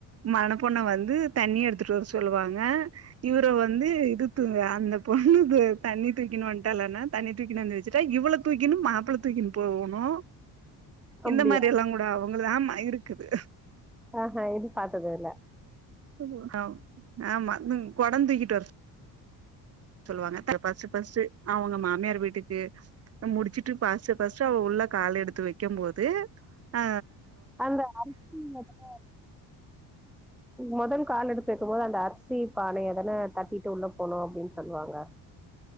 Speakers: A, on the right (about 40°); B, in the centre.
A: மண பொண்ண வந்து தண்ணி எடுத்துட்டு வர சொல்லுவாங்க இவர வந்து இதுத்து அந்த பொண்ணு தண்ணி தூக்கினு வட்டாளனா தண்ணி தூக்குனுவந்துவச்ச ச்சுடா இவள தூக்கினு மாப்பிள தூக்கின்னு போணு
B: அப்டியா
A: இந்த மாரி எல்லா கூட அவங்க ஆமா இருக்குது
B: ஆ இது பாத்ததில்ல
A: <unintelligible> அ ஆமா <unintelligible> கொடம் தூக்கிட்டு வரு சொல்லுவாங்க ஃபர்ஸ்ட் ஃபர்ஸ்டு அவங்க மாமியார் வீட்டுக்கு முடிச்சுட்டு ஃபர்ஸ்ட் ஃபர்ஸ்டு அவ உள்ள காால் எடுத்து வைக்கும்போது ஆ
B: அந்த அரிசில முதல முதல் கால் எடுத் கேகும்போது அந்த அரிசி பானை எதனே தட்டிட்டு உள்ள போகணு அப்படின்னு சொல்லுவாங்க